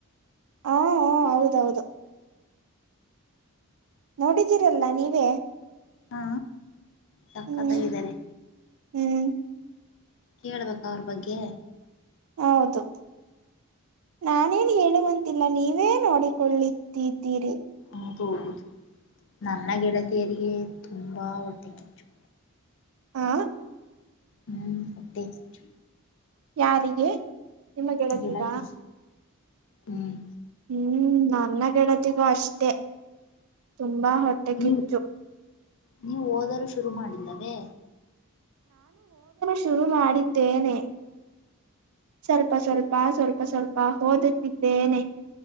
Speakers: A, on the right; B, on the left.
A: ಹಾ ಹ್ಮ ಹೌದೌದು ನೋಡಿದ್ದೀರಲ್ಲ ನೀವೇ
B: ಹಾ ಸಕ್ಕತ್ತ
A: ಹ್ಮ್
B: ಇದಾರೆ
A: ಹ್ಮ್
B: ಕೇಳ್ಬೇಕ ಅವ್ರ ಬಗ್ಗೆ
A: ಹೌದು ನಾನೇನ್ ಹೇಳುವಂತಿಲ್ಲ ನೀವೇ ನೋಡಿಕೊಳ್ಳಿದ್ದಿದ್ದೀರಿ
B: ಹೌದ ಹೌದು ನನ್ನ ಗೆಳತಿಯರಿಗೆ ತುಂಬಾ ಹೊಟ್ಟೆ ಕಿಚ್ಚು
A: ಆ
B: ಹ್ಮ್ ಹೊಟ್ಟೆ ಕಿಚ್ಚು
A: ಯಾರಿಗೆ ನಿಮ್ಮ ಗೆಳತ್ತೀಗ
B: ಗೆಳತಿ ಹ್ಮ್
A: ಹ್ಮ್ ನನ್ನ ಗೆಡತಿಗೂ ಅಷ್ಟೇ ತುಂಬಾ ಹೊಟ್ಟೆ
B: ನೀವು
A: ಕಿಚ್ಚು
B: ನೀವು ಓದಲುೂ ಶುರು ಮಾಡಿಲ್ಲವೇ
A: ತುರು ಮಾಡಿದ್ದೇನೆ ಸ್ವಲ್ಪ ಸ್ವಲ್ ಸ್ಪ ಸ್ವಲ್ಪ ಸ್ವಲ್ಪ ಓದುತ್ತಿದ್ದೇನೆ